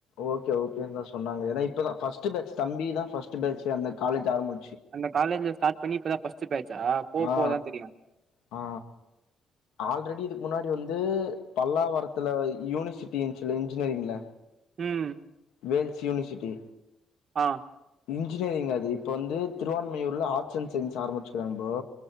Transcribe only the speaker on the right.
அந்த காலேஜ்ல ஸ்டார்ட் பன்னி இப்ப தா பஸ்ட்டு பேஜ் சா போபோதான்
தெரியும்
ம்
ஆஹ்